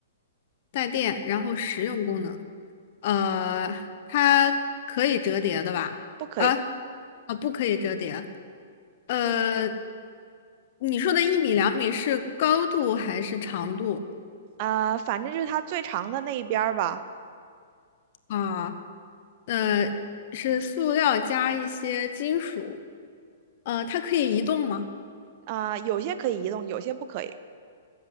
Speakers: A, on the left; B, on the right.
A: 带电，然后实用功能，呃，它可以折叠的吧？
B: 不可以。
A: 啊啊，不可以折叠。呃，你说的一米两米是高度还是长度
B: 呃，反正就是它最长的那一边儿吧。
A: 啊？呃，是塑料加一些金属，呃，它可以移动吗？
B: 啊、有些可以移动，有些不可以。